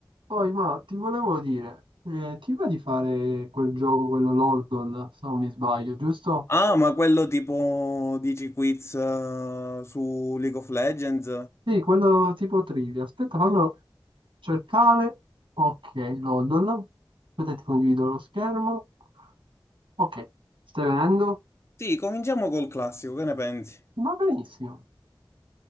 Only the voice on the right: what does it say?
Poi, ma ti volevo dire, eh, ti va di fare quel gioco, quello Loldon, se non mi sbaglio, giusto?
Sì, quello tipo trivia. Aspetta, fallo cercare. Ok, Loldon. Aspetta, ti condivido lo schermo. Ok, stai venendo?
Va benissimo.